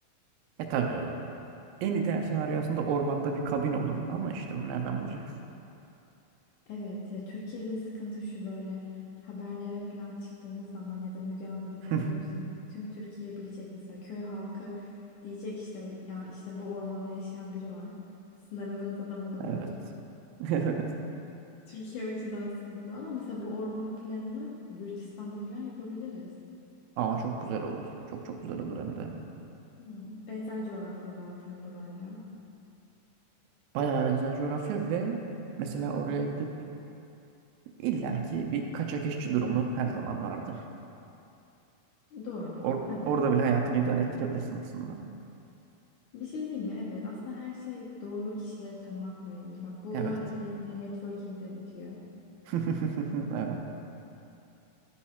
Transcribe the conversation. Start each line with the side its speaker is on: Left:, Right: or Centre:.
Right: E tabii o- en ideal senaryo aslında ormanda bir kabin olurdu ama işte onu nereden bulacak?
Left: Evet ya Türkiye'de sıkıntı şu böyle haberlere falan çıktığımız zaman ya da Müge Anlı bizi
Right: Evet.
Left: arıyorsa tüm Türkiye bilecek mesela köy halkı diyecek işte ya işte bu ormanda yaşayan biri var. Sizin aradığınız adam olabilir.
Right: <laughs> Evet.
Left: Türkiye o açıdan sıkıntılı ama mesela bu orman planını Gürcistan'da falan yapabiliriz.
Right: Aa çok güzel olur. Çok çok güzel olur hem de.
Left: Hmm, Benzer coğrafya zaten burayla.
Right: Bayağı benzer coğrafya ve mesela oraya gidip illaki bir kaçak işçi durumu her zaman vardır.
Left: Doğru.
Right: Or-
Left: Evet.
Right: orada bile hayatını idare ettirebilirsin aslında.
Left: Bir şey diyeyim mi? Evet, aslında her şey doğru kişileri tanımakla ilgili. Bak bu
Right: Evet.
Left: olay bile yine networking'de bitiyor.
Right: <laughs> Evet.